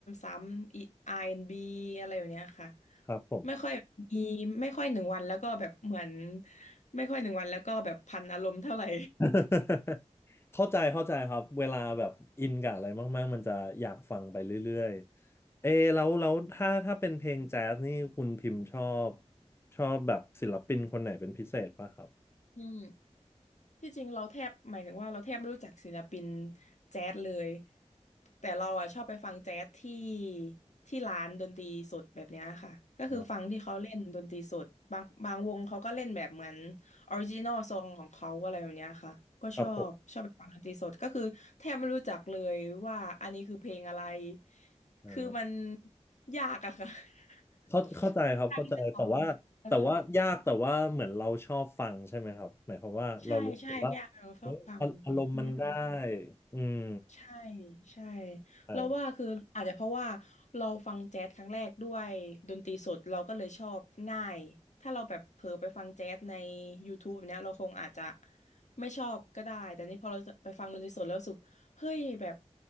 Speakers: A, on the left (about 75°); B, on the left (about 20°).
A: ้ำๆๆอีอาร์แอนด์บีอะไรแบบเนี้ยค่ะ
B: ครับผม
A: ไม่ค่อยมีไม่ค่อยหนึ่งวันแล้วก็แบบเหมือนไม่ค่อยหนึ่งวันแล้วก็แบบพันอารมณ์เท่าไหร่
B: <laughs> เข้าใจเข้าใจครับเวลาแบบอินกับอะไรมากๆมันจะอยากฟังไปเรื่อยๆเอแล้วแล้วถ้าถ้าเป็นเพลงแจ๊สนี่คุณพิมพ์ชอบชอบแบบศิลปินคนไหนเป็นพิเศษป่ะครับ
A: อืม ที่จริงเราแทบหมายถึงว่าเราแทบไม่รู้จักศิลปินแจ๊สเลยแต่เราอ่ะชอบไปฟังแจ๊สที่ที่ร้านดนตรีสดแบบเนี้ยค่ะก็คือฟังที่เขาเล่นดนตรีสดบางบางวงเขาก็เล่นแบบเหมือน
B: อ่า
A: ออริจินอลซองของเขาอะไรแบบเนี้ยค่ะก็ชอบชอบไปฟังดนตรีสดก็คือแทบไม่รู้จักเลยว่าอันนี้คือเพลงอะไร
B: ครับผมอ่า
A: คือมันยากอะค่ะ
B: เข้าเข้าใจครับเข้าใจแต่ว่าแต่ว่ายากแต่ว่าเหมือนเราชอบฟังใช่ไหมครับหมายความว่าเรารู้สึกว่า
A: <laughs> ยากที่จะจำเออใช่ใช่ยากเราชอบฟังอืม
B: เอ้ยอาอารมณ์มันได้อืม
A: ใช่ใช่
B: อ่า
A: เราว่าคืออาจจะเพราะว่าเราฟังแจ๊สครั้งแรกด้วยดนตรีสดเราก็เลยชอบง่ายถ้าเราแบบเผลอไปฟังแจ๊สใน YouTube แบบเนี้ยเราคงอาจจะไม่ชอบก็ได้แต่นี่พอเราไปฟังดนตรีสดแล้วรู้สึกเฮ้ยแบบ